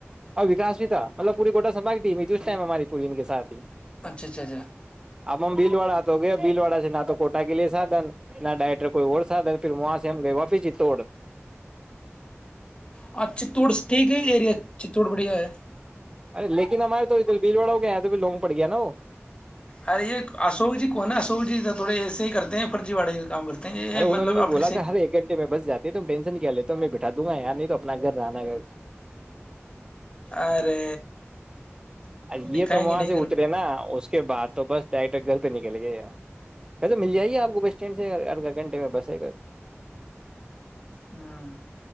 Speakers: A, on the right (about 20°); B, on the left (about 25°).
A: اور وکاس بھی تھا مطلب پوری کوٹا سے باگٹی اس ٹائم ہماری پوری ان کے سات ہی
B: اچھا اچھا اچھا
A: اب ہم بھیلواڑا آ تو ہو گیا بھیل واڑا سے نہ تو کوٹا کے لیے سادن نہ ڈائریکٹر کوئی اور سادھن پھر وہاں سے ہم گئے واپس ہی توڑ
B: ہاں چتوڑ ٹھیک ہے ایریا چتوڑ بڑھیا ہے
A: ار لیککن ا مارے تول بیج وڑا گ تو پھر لونگ پڑ گیا نا وہ
B: ارے یہ اشوک جی کون نا اشوک جی تھوڑے ایسے ہی کرتے ہیں فرضی واے کام کرتے ہیں یہ
A: ارے انہوں
B: مطلب
A: نے نہیں بولا
B: اپنے
A: کہ
B: سے
A: ہر ایک گھنے میں بس جاتا نہیں تم ٹینشن کیا لیتا میں بٹھا دوں گا یار نہیں تو اپنا گھر رہناا گ
B: ارے
A: ا
B: دکھائیں
A: یہ تو وہاں
B: گے نہیں
A: سے
B: کر
A: اترے
B: کے
A: نا اس کے بعد تو بس ڈائریکٹ گل پہ نکل گئے ی چل تو مل جائیےا آپ کو بس اسٹینڈ سے آدھا گھنٹے میں بس ہے گا
B: ہاں